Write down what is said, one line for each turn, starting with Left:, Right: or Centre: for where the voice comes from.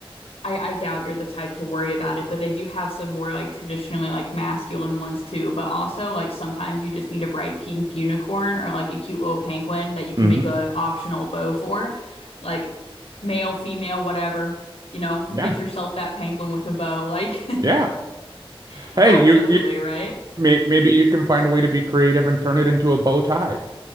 Left: I, I doubt you're the type to worry about it, but they do have some more like traditionally like masculine ones too. But also like sometimes you just need a bright pink unicorn or like a cute little penguin that you can
Right: hmm
Left: make a optional bow for. Like male, female, whatever, you know,
Right: Yeah.
Left: get yourself that penguin with a bow. Like
Right: Yeah.
Left: <laughs>
Right: Hey,
Left: absolutely,
Right: you, you
Left: right?
Right: May- maybe you can find a way to be creative and turn it into a bow tie.